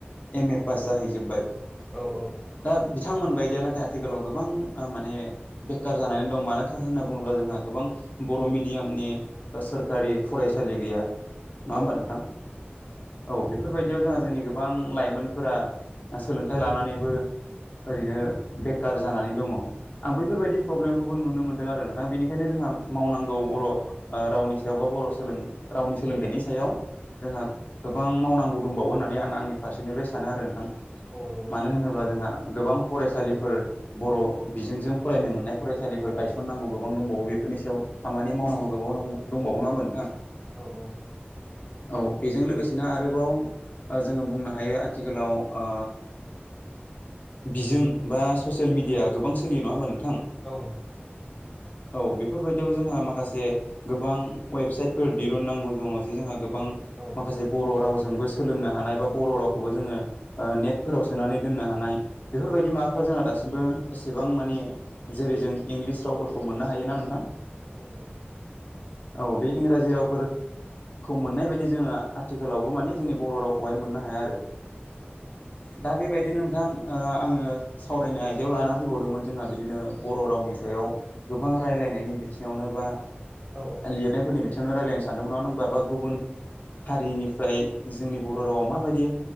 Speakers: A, on the left; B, in the centre.
A: एम
B: औ
A: ए पास जाहैजोब्बाय
B: औ औ
A: दा बि- बिथांमोनबायदिया नाथाय आथिखालाव गोबां ओ माने बेखार जानानै दं मानो थाखाय होनना बुङोब्ला जों- ओ गोबां बर' मिडियामनि ओ सोरखारि फरायसालि गैया। नङा
B: औ
A: होमबा नोंथां औ बे- बेफोरबायदियाव जोंहा जोंनि गोबां लाइमोनफोरा सोलोंथाइ लानानैबो- ओरैनो बेखार जानानै दङ' आं बैफोरबायदि
B: औ
A: प्रब्लेमखौबो नुनो मोनदों आरो नोंथां बेनि- खायनो जोंहा मावनांगौ बर' ओ रावनि सायाव बा बर' सोलों रावनि सोलोंथाइनि सायाव जोंहा गोबां मावनांगौ दंबावो होननानै आं आंनि फारसेनिफ्राय सानो आरो नोंथां।
B: औ नंगौ
A: मानो
B: नोंथां
A: होनोब्ला जोंहा गोबां फरायसालिफोर बर' बिजोंजों फरायनो मोननाय फरायसालिफोर गायसननांगौ गोबां दंबावो। बेफोरनि सायाव खामानि मावनांगौ गोबाव दंबाव-दंबावो नङा होनबा नोंथां।
B: औ औ।
A: औ बेजों लोगोसेनो आरोबाव ओ जोङो बुंनो हायो आथिखालाव ओ बिजों बा ससियेल मिडिया गोबां सोलियो नङा होमबा नों
B: औ
A: औ बेफोरबायदियाव जोंहा माखासे गोबां वेबसाइटफोर दिरुननांगौ दङ जे जोंहा बां
B: औ
A: माखासे बर' राव जोंबो सोलोंनो हानाय बा बर' रावखौबो जोङो ओ नेटफोराव सोनानै दोननो हानाय
B: औ
A: बेफोरबायदि माबाफ्रा जोंहा दासिमबो एसेबां मानि जेरै जों इंलिस रावफोरखौ मोननो हायो ना नोंथां
B: औ नंगौ नोंथां
A: औ बे इंराजि रावफोर खौ मोननाय बायदि जोङो आथिखालावबो माने जोंनि बर' रावखौहाय मोननो हाया आरो
B: औ औ
A: दा बेबायदिनो नोंथां ओ आङो सावरायनो आयदायाव लाना फैबावदोंमोन जोंहा बिदिनो बर' रावनि सायाव गोबां रायलायनायनि बिथिङावनो बा
B: औ
A: लिरनायफोरनि बिथिङावनो रायलायनो सानदोंमोन नङा होन बाबा गुबुन हारिनिफ्राय जोंनि बर' रावआव माबायदि